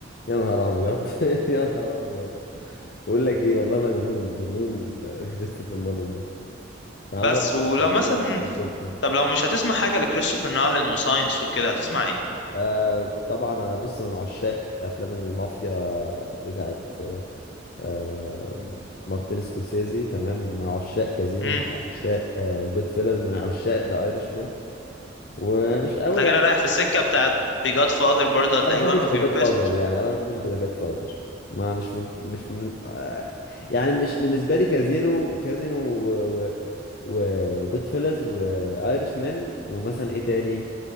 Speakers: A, on the left; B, on the left.
A: يا نهار ابيض <laughs> يا نهار ابيض بقول لك ايه والله مجنون مجنون آه، كريستوفر نولان ده كان
B: بس
A: عامل برضه
B: ولو
A: حاجات
B: مثلا
A: كتيرة في انسبشن
B: طب لو مش هتسمع حاجة لكريستوفر نولان وساينس وكده هتسمع ايه
A: آه طبعا انا بص من عشاق افلام المافيا بتاعت آم، مارتن سكورسيزي تمام من عشاق كازينو
B: امم
A: من عشاق جود فيلز من عشاق ذا ايرش مان ومش قوي
B: انت كده
A: يعني
B: رايح في السكة بتاعت The Godfather برضه هتلاقيه
A: ما بحبش
B: one
A: ذا
B: of your
A: جاد فاذر
B: best
A: يعني انا ما بحبش ذا جاد فاذر ما مش من مش من آه، يعني مش بالنسبه لي كازينو كازينو وجود فيلز وايرش مان ومثلا ايه تاني